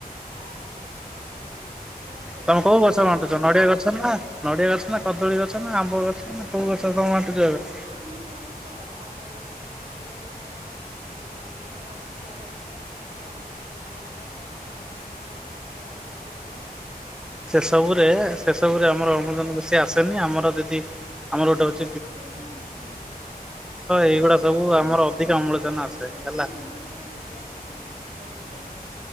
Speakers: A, on the right; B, in the centre.
A: ବାସ୍ ସେଇ। ତ ସେଥିପାଇଁ
B: ତୋମେ କୋଉ ଗଛ
A: ଆମେ
B: ବାଣ୍ଟୁଛ
A: ବଞ୍ଚିଛେ।
B: ନଡିଆ ଗଛ ନା ନଡ଼ିଆ ଗଛ ନା, କଦଳୀ ଗଛ ନା, ଆମ୍ବ ଗଛ ନା, କୋଉ ଗଛ ତୋମେ ବାଣ୍ଟୁଚ ଏବେ?
A: ଆମେ ଗଛ କଦଳୀ ଗଛ ନଡ଼ିଆ ଗଛ ଅଁ ଆମର ଫୁଲ ଗଛ ମନ୍ଦାର ଗ ଛ ଗୋଲାପ ଗଛ, ଧଳା ଗୋଲାପ, କଳା ଗୋଲାପ
B: ସେ ସବୁରେ ସେ ସବୁରେ
A: ହଳଦୀ
B: ଆମର ଅବଦାନ ବେଶୀ ଆସେନି ଆମର ଯଦି ଆମର ଗୋଟେ ହ
A: ଶୁଣନ୍ତୁ ଶୁଣନ୍ତେ ଆରେ ଭାଇ
B: ଏଇଗୁଡା
A: ଶୁଣ
B: ସବୁ
A: ଶୁ
B: ଆମର ଅଧିକ
A: ବିଶ୍ଵାସ
B: ଅମ୍ଳଜାନ
A: କରିବନି
B: ଆସେ ହେଲା।
A: ମୁଁ ଯୋଉ ଗ ଗଛ ଲଗେଇଛି